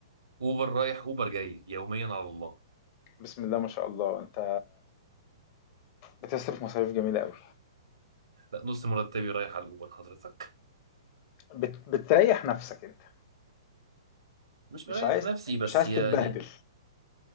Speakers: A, on the right; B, on the left.
A: اوبر رايح اوبر جاي يوميا على الله
B: بسم الله ما شاء الله انت بتصرف مصاريف جميلة قوي
A: لا نص مرتبي رايح على الاوبر حضرتك
B: بت... بتريح نفسك انت
A: مش
B: مش
A: مريح
B: عايز
A: نفسي بس
B: مش عايز
A: يعني
B: تتبهدل